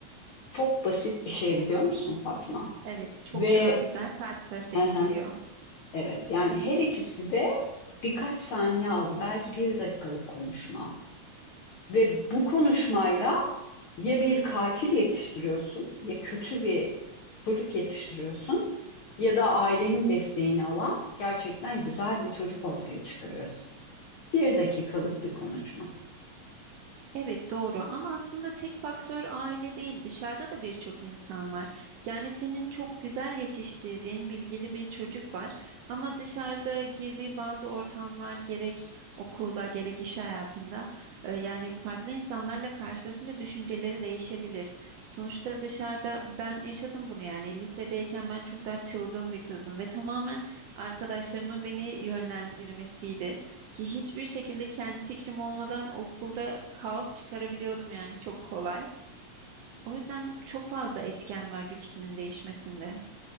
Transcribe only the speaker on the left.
Çok basit bir şey biliyor musun Fatma?
Ve
Aha,
evet yani her ikisi de birkaç saniye aldı belki bir dakikalık konuşma ve bu konuşmayla ya bir katil yetiştiriyorsun ya kötü bir çocuk yetiştiriyorsun ya da ailenin desteğini alan gerçekten güzel bir çocuk ortaya çıkarıyorsun. Bir dakikalık bir konuşma.